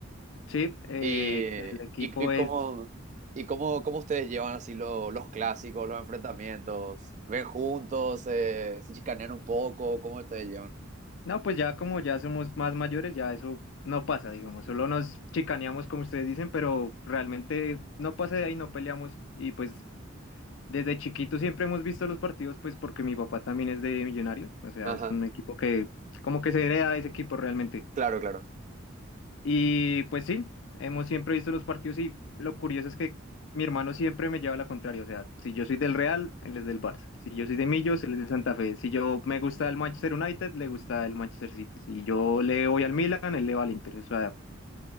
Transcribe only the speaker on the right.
Y,
y, y
cómo, y cómo, cómo ustedes llevan así lo- los clásicos, los enfrentamientos. ¿Ven juntos? eh, ¿se chicanean un poco? ¿Cómo ustedes llevan?
Ajá,
claro, claro.